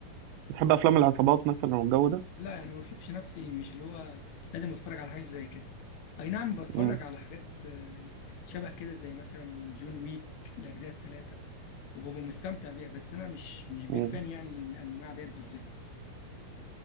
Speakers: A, on the right; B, on the left.
A: بتحب افلام العصابات مثلا والجو ده
B: لا يعني ما بشوفش نفسي مش اللي هو لازم اتفرج على حاجه زي كده اي نعم بتفرج
A: امم
B: على حاجات آه، شبه كده زي مثلا جون ويك الاجزاء الثلاثه وببقى مستمتع بيها بس انا مش مش بيك
A: امم
B: فان يعني للانواع ديت بالذات